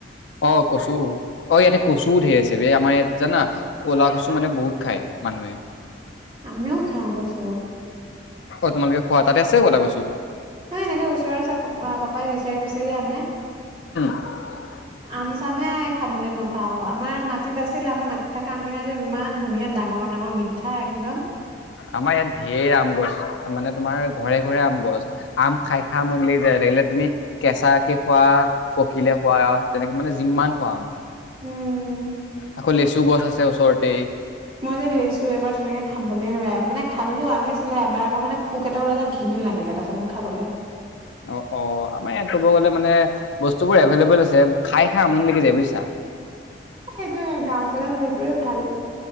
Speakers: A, on the left (about 75°); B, on the right (about 30°).
A: অ' কচু অ' ইয়াতে কচু ঢেৰ আছে ৱে আমাৰ ইয়াত জানা। কলাকচু মানে বহুত খায় মানুহে।
B: আমিও খাওঁ কচু।
A: অ' তোমালোকে খোৱা তাতে আছে ক'ল কচু।
B: হয়, এনেকে ওচৰৰে ওচ প পাপাই বিচাৰি বিচাৰি আনে।
A: <unintelligible>
B: আম চামহে খাবলৈ নাপাও আমাৰ মাটিত আছিল, আমাৰ মাটিত থকা আমখিনি ইমান ধুনীয়া দাঙ ডাঙৰ ডাঙৰ মিঠা একদম।
A: আমাৰ ইয়াত ধেৰ আম গছ মানে তোমাৰ ঘৰে ঘৰে আম গছ। আম খাই খাই আমনি লাগি যায় লাগিলে তুমি কেঁচাকে খোৱা পকিলে খোৱা তেনেকে মানে যিমান খোৱা আম।
B: উম
A: আকৌ লেচু গছ আছে ওচৰতে।
B: মই যে লেচু এবাৰ তেনেকে <unintelligible> নোৱাৰ মানে খালো আনি। এবাৰ আকৌ মে পোক এটা ওলাই ঘিণ লাগিলে তাৰ পিছত মোক খাবলৈ।
A: অ' অ' আমাৰ ইয়াত ক'ব গ'লে মানে বস্তুবোৰ এভেইলেবল আছে, খাই খাই আমনি লাগি যাই বুজিছা।
B: সেইটোয়ে গাঁও বোৰত সেইটোয়ে ভাল।